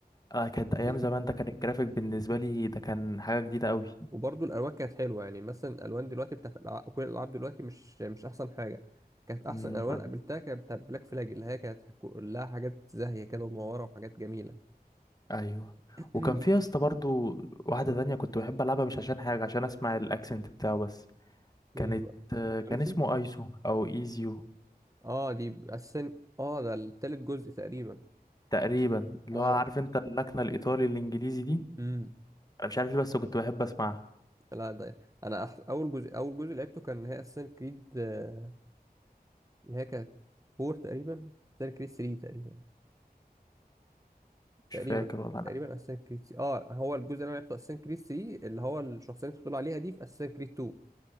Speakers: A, on the left (about 25°); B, on the right (about 20°).
A: آه كانت ايام
B: منه
A: زمان ده كان الجرافيك بالنسبه لي ده كان حاجه جديده قوي
B: وبرضه الالوان كانت حلوه يعني مثلا الالوان دلوقتي بتاعت الألع- كل الالعاب دلوقتي مش مش احسن حاجه كانت احسن
A: امم
B: الوان قابلتها كانت بتاعت بلاك فلاج اللي هي كانت كلها حاجات زاهيه كده ومنوره وحاجات جميله
A: ايوه
B: <clears throat>
A: وكان في يا اسطى برضو واحده تانية كنت بحب العبها مش عشان حاجه عشان اسمع الاكسنت بتاعه بس كانت
B: ايه بقى
A: آه
B: يونيتي
A: كان اسمه ايزو او ايزيو
B: اه دي اساسا اه ده التالت جزء تقريبا
A: تقريبا اللي
B: اه
A: هو عارف انت اللكنه الايطالي الانجليزي دي
B: امم
A: انا مش عارف ليه بس كنت بحب اسمعها
B: لا ده انا أح... اول جزء اول جزء لعبته كان هي اساسا كريد آه، اللي هي كانت 4 تقريبا اساسا كريد 3 تقريبا تقريبا
A: مش فاكر والله انا
B: تقريبا اساسا كريد 3 اه هو الجزء اللي انا لعبته اساسا كريد 3 اللي هو الشخصيه اللي انت بتقول عليها دي في اساسا كريد 2